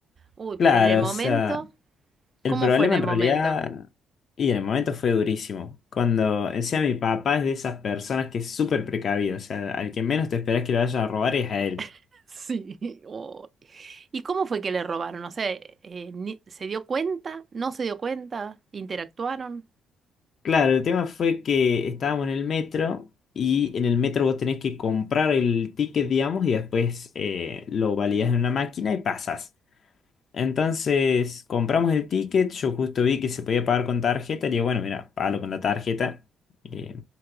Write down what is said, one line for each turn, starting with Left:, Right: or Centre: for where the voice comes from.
Right: Uy,
Left: Claro,
Right: pero en el momento,
Left: o sea, el
Right: ¿cómo
Left: problema
Right: fue en el
Left: en realidad,
Right: momento?
Left: y en el momento fue durísimo, cuando encima mi papá es de esas personas que es súper precavido, o sea, al que menos te esperas que lo vayan a robar es a él.
Right: <laughs> Sí, uy. ¿Y cómo fue que le robaron? No sé, eh, ni- ¿se dio cuenta? ¿No se dio cuenta? ¿Interactuaron?
Left: Claro, el tema fue que estábamos en el metro y en el metro vos tenés que comprar el ticket, digamos, y después eh, lo validás en una máquina y pasas. Entonces compramos el ticket, yo justo vi que se podía pagar con tarjeta, le digo, bueno, mira, págalo con la tarjeta. Eh,